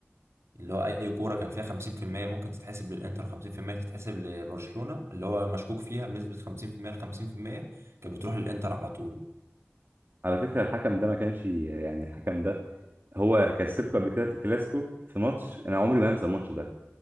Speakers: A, on the right; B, on the right.
A: اللي هو اي كوره كان فيها 50% ممكن تتحسب للانتر 50% تتحسب لبرشلونه اللي هو مشكوك فيها بنسبه 50% ل 50% كانت بتروح للانتر على طول
B: على فكره الحكم ده ما كانش يعني الحكم ده هو كسبكم قبل كده في الكلاسيكو في ماتش انا عمري ما انسى الماتش ده